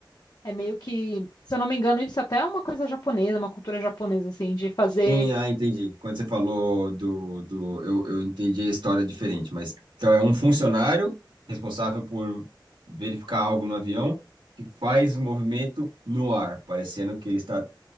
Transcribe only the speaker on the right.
Sim, ah, entendi. Quando você falou do, do eu, eu entendi a história diferente, mas então é um funcionário responsável por verificar algo no avião que faz movimento no ar, parecendo que ele está